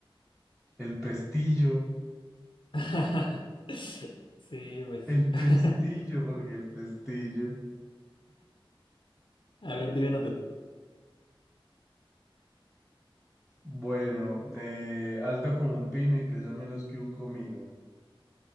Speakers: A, in the centre; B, on the left.
A: El pestillo,
B: <laughs> Sí, pues.
A: el
B: <laughs>
A: pestillo, porque el pestillo.
B: A ver, dime uno tú.
A: Bueno, eh, alta como un pino y pesa menos que un comino.